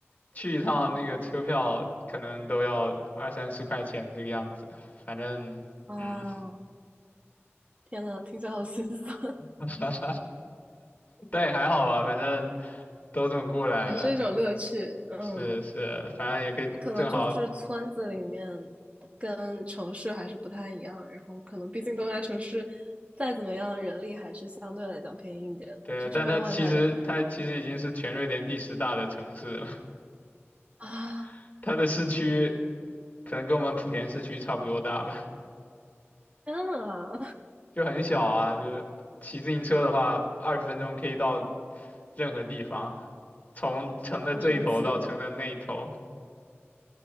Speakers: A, on the left; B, on the right.
A: 去一趟那个车票可能都要二三十块钱这个样子，反正嗯。
B: 啊，天呐，听起来好心酸，
A: <laughs> 但也还好吧，反正都这么过来了。
B: <laughs> 也是一种乐趣。嗯，
A: 是是，反正也可以正好，
B: 可能就是村子里面跟城市还是不太一样，然后可能毕竟东亚城市再怎么样，人力还是相对来讲便宜一点。
A: 对，
B: 就这边外卖
A: 但它其实它其实已经是全瑞典第十大的城市了，
B: 啊，
A: <laughs> 它的市区可能跟我们莆田市区差不多大吧，
B: 天啊，
A: 就很小啊，就骑自行车的话，二十分钟可以到任何地方，从城的这一头到城的那一头。
B: <laughs> 好生气！